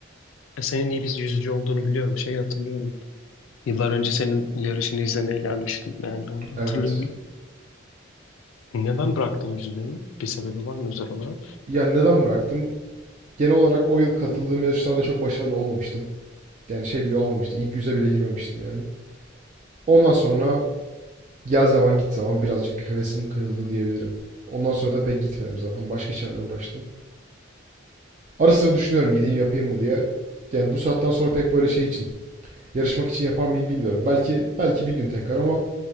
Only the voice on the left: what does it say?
E, senin iyi bir yüzücü olduğunu biliyorum. Şey hatırlıyorum. Yıllar önce senin yarışını izlemeye gelmiştim. Yani onu
hatırlıyorum. Neden bıraktın yüzmeyi? Bir sebebi var mı özel olarak?